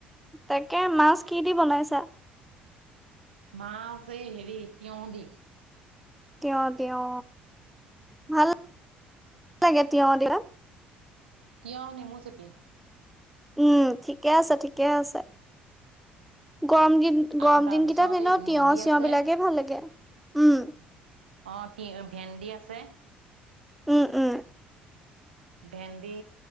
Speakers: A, in the centre; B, on the right.
A: তাকে মাছ কি দি বনাইছা?
B: মাছ এই হেৰি তিয়ঁ দি।
A: তিয়ঁহ তিয়ঁহ, ভালা লাগে তিয়ঁহ দি পেলে।
B: তিয়ঁহ নেমু চেপি।
A: উম' ঠিকে আছে ঠিকে আছে। গৰম দিন
B: আৰু
A: গৰম
B: তাৰপিছত
A: দিন কেইটাত এনেওঁ
B: এই ভেন্দি
A: তিয়ঁহ চিয়ঁহ
B: আছে
A: বিলাকে ভাল লাগে, উম।
B: অঁ' তিঁ ভেন্দি আছে।
A: উম' উম'।
B: ভেন্দি